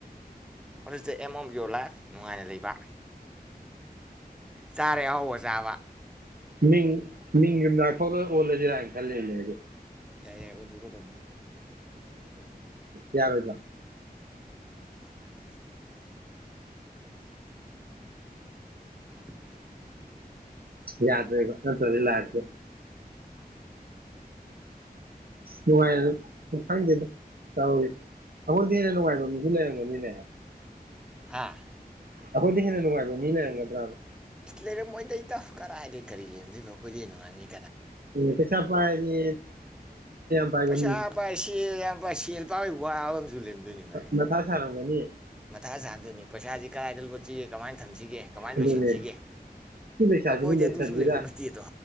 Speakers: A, in the centre; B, on the right.
A: ꯑꯣꯂꯤꯁꯇ ꯑꯦꯝ ꯑꯣꯝ ꯌ ꯌꯣꯜꯂ ꯅꯨꯡꯉꯥꯏꯅ ꯂꯩꯕ ꯆꯥꯔꯦ ꯍꯧꯕ ꯆꯥꯕ
B: ꯃꯤꯡ ꯃꯤꯡ ꯌꯨꯝꯗ ꯊꯣꯛꯣꯂꯣꯏ ꯑꯣꯜꯂꯁꯤꯔꯥꯅ ꯈꯜꯂꯤꯅꯦ ꯑꯩꯗ
A: ꯌꯥꯏ ꯌꯥꯏ ꯎꯗꯣꯛꯍꯗ
B: ꯌꯥꯔꯦꯗ
A: <inaudible> <inaudible>
B: ꯌꯥꯗꯦꯒ ꯅ ꯆꯂꯂ ꯍꯥꯏꯇꯦ ꯅꯨꯡꯉꯥꯏ ꯈꯪꯗꯦꯗ ꯆꯥꯨ ꯑꯩꯈꯣꯏꯗꯤ ꯍꯦꯟꯅ ꯅꯨꯡꯉꯥꯏꯕ ꯃꯤꯁꯨ ꯂꯩꯔꯝꯒꯅꯤꯅꯦ
A: ꯍꯥꯥ
B: ꯑꯩꯈꯣꯏꯦꯅꯅꯨꯡꯉꯥꯏꯕ ꯃꯤ ꯂꯩꯔꯪꯒꯗ꯭ꯔꯥ
A: ꯂꯩꯔꯝꯃꯣꯏꯇꯩꯩꯇ ꯀꯗꯥꯏꯗꯒꯤꯩ ꯀꯔꯤ ꯂꯩꯔꯗꯣꯏꯅꯣ ꯑꯩꯈꯣꯏꯗꯤ ꯅꯨꯡꯉꯥꯏꯃꯤ
B: ꯀꯩꯁꯥ ꯄꯥꯏꯔꯤ ꯄꯁꯨ
A: ꯄꯩꯁꯥ ꯄꯥꯏ ꯁꯦꯜ ꯌꯥꯝ ꯄꯥꯏ ꯁꯦꯜ ꯄꯥꯏꯕꯩ ꯋꯥꯕ ꯑꯃꯁꯨ ꯂꯩꯔꯝꯗꯣꯏꯅꯤ ꯚꯥꯏ
B: ꯅꯊꯥ ꯁꯥꯔ ꯑꯃꯅꯤꯅꯤ
A: ꯃꯊꯥ ꯁꯥꯗꯨꯅꯤ ꯄꯩꯁꯥꯁꯤ ꯀꯗꯥꯏꯗ ꯂꯣꯠꯁꯤꯒꯦ ꯀꯃꯥꯏꯅ ꯊꯝꯁꯤꯒꯦ ꯀꯃꯥꯏꯅ
B: ꯑꯗꯨꯅꯦ
A: ꯂꯣꯏꯁꯤꯟꯁꯤꯒꯦ
B: ꯁꯤ ꯂꯩꯁꯕꯨ
A: ꯑꯩꯈꯣꯏꯗꯤ
B: ꯂꯩꯁꯕꯤꯔ
A: ꯑꯗꯨꯁꯨ ꯂꯩꯕ ꯅꯠꯇꯦꯗꯣ